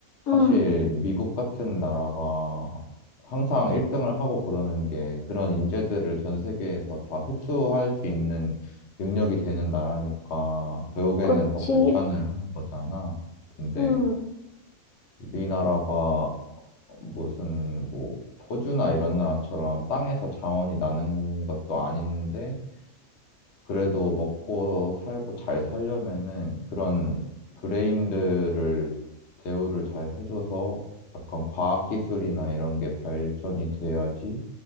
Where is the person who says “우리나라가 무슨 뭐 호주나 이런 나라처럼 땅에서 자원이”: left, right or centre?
Left